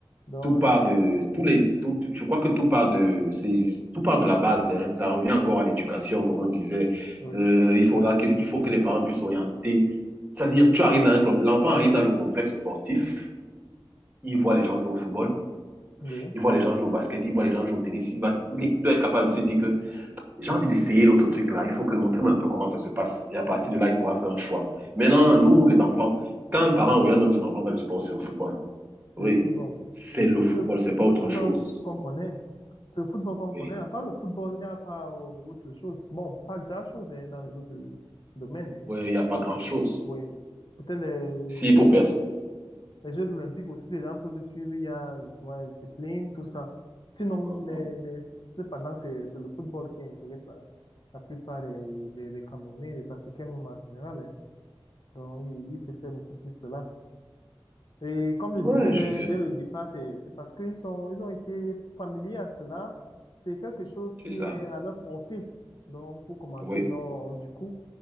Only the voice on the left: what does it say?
Donc,
oui,
oui,
oui.
C'est
le football.
C'est c'est
le
football
qu'on connaît. C'est le football qu'on
connaît. À part le football, il n'y a pas euh, autre chose. Bon, pas grand-chose hein, dans les autres domaines. hein.
Oui. Peut-être les
Jeux,
les Jeux Olympiques aussi, les gens peuvent suivre. Il y a justement la discipline, tout ça. Sinon,
mais, mais cependant, c'est c'est le football qui intéresse la, la plupart des, des, des Camerounais, des Africains même en général. hein. Donc, ils, ils préfèrent beaucoup plus cela. Et comme
je disais dès,
dès le départ, c'est, c'est parce qu'ils sont, ils ont été familiers à cela. C'est quelque chose qui
est à leur portée. Donc, pour commencer,
donc, du coup,